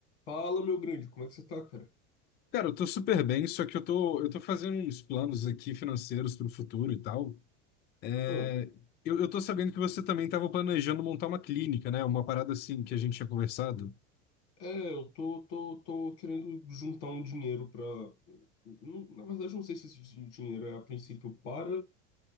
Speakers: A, on the left; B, on the left.
A: Fala, meu grande, como é que você tá, cara?
B: Cara, eu tô super bem, só que eu tô, eu tô fazendo uns planos aqui financeiros para o futuro e tal. É,
A: Ah,
B: eu, eu tô sabendo que você também estava planejando montar uma clínica, né? Uma parada assim que a gente tinha conversado.
A: é, eu tô, tô, tô querendo juntar um dinheiro pra. Não- Na verdade, eu não sei se esse din- dinheiro é a princípio para